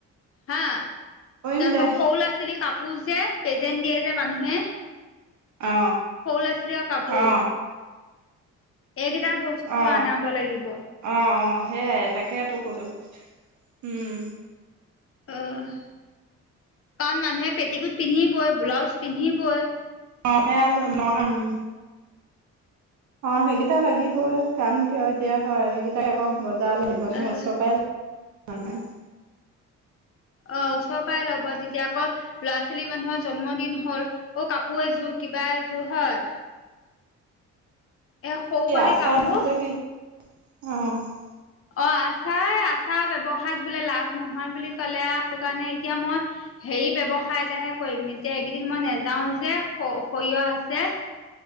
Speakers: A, on the left (about 45°); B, on the right (about 70°).
A: হা তাৰপাছত
B: কৰিম দে
A: সৰু ল'ৰা-ছোৱালীৰ কাপোৰ যে পেজেন দিয়ে যে মানুহে
B: অ।
A: সৰু ল'ৰা-ছোৱালীৰ কাপোৰ
B: অ
A: এইকেইটা বস্তু
B: অ
A: আনাব লাগিব।
B: অ অ সেইয়াই তাকে ত কৈছোঁ উম।
A: অ কাৰণ মানুহে পেটিকোট পিন্ধিবয়, ব্লাউজ পিন্ধিবই,
B: অ সেয়া <unintelligible> অ সেইকেইটা লাগিবই কাৰণ কিয় এতিয়া হয় সেইকেইটাক আকৌ বজাৰ আহিব
A: আহ
B: নে ওচৰ পাই অহ হয়।
A: অ চবাই ল'ব তেতিয়া আকৌ ল'ৰা-ছোৱালী মানুহৰ জন্মদিন হ'ল, অ কাপোৰ এযোৰ, কিবা এযোৰ হয়। এ সৰু
B: <unintelligible>
A: পোৱালি কাপোৰ
B: অ
A: অ আচাৰ আচাৰ ব্যৱসায়ত বোলে লাভ নহয় বুলি কলে আৰু সেই কাৰণে এতিয়া মই হেৰি ব্যৱসায় এটাহে কৰিম। এতিয়া এইকেইদিন মই নেযাও যে সৰিয়হ আছে,